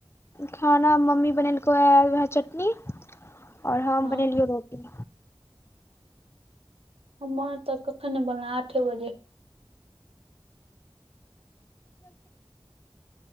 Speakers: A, on the left; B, on the right.
A: खाना मम्मी बनेलको या वाएह चटनी और हम
B: हँ
A: बनेलियो रो टी।
B: हमर तऽ कखन ने बनलै आठे बजे।